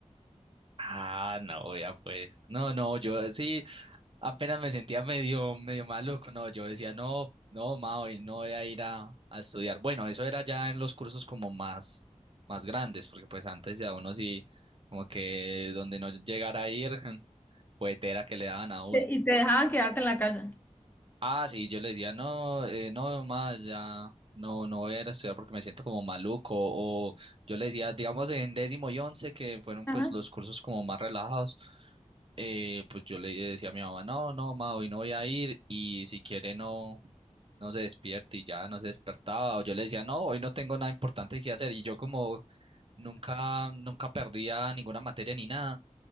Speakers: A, on the right; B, on the left.
A: Ah, no, ya pues. No, no, yo sí, apenas me sentía medio, medio maluco. No, yo decía, no, no, ma, hoy no voy a ir a, a estudiar. Bueno, eso era ya en los cursos como más, más grandes, porque pues antes ya uno sí, como que donde no llegara a ir, <laughs> puetera que le daban a uno.
B: Te- Y te dejaban quedarte en la casa.
A: Ah, sí, yo le decía, no, eh, no más, ya, no, no voy a ir a estudiar porque me siento como maluco, o yo le decía, digamos en décimo y once, que fueron
B: Ajá,
A: pues los cursos como más relajados, eh, pues yo le decía a mi mamá, no, no, ma, hoy no voy a ir, y si quiere no, no se despierte, y ya no se despertaba, o yo le decía, no, hoy no tengo nada importante que hacer, y yo como nunca, nunca perdía ninguna materia ni nada,